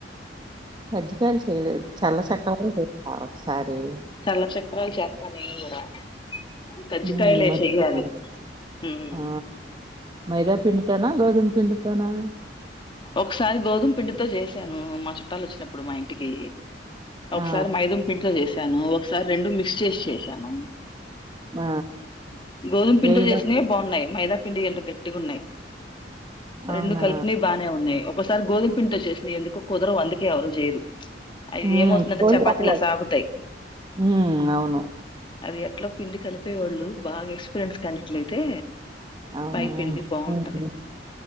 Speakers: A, on the right; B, on the left.
A: కజ్జికాయలు చేయలేదు చల్ల చక్క చేసా ఒకసారి.
B: చల్ల చక్రాలు చేత్తా నేన్ కూడా. కజ్జికాయలే
A: హ్మ్ మజ్జిగ
B: చెయ్యాలి హ్మ్
A: ఆ మైదా పిండితోనా గోధం పిండితోనా
B: ఒకసారి గోధుమ్ పిండితో చేశాను మా చు చుట్టాలు వచ్చినప్పుడు మా ఇంటికి ఒకసారి
A: ఆ
B: మైదం పిండితో చేసా. సాను ఒకసారి రెండు మిక్స్ చేసి చేసాను.
A: ఆ
B: గోధుమ పిండితో
A: ఏయి బ
B: చేసినవి బాగున్నాయి మైదా పిండి ఎంటో గట్టిగున్నాయ్.
A: అవునా
B: రెండు కలిపినవి బానే ఉన్నాయి ఒకసారి గోధుం పిండితో చేసినయ్ ఎందుకో కుదరవు అందుకే ఎవరు చేయరు. అది
A: హ్మ్
B: ఏమవుతుందంటే
A: కోడి
B: చపాతీలా
A: బాగా
B: సాగుతయి.
A: హ్మ్ అవును
B: అది ఎట్లా పిండి కలిపేవాళ్ళు బాగా ఎక్స్పీరియన్స్ కానీట్లయితే.
A: అవునువును
B: పై పిండి బాగుంటది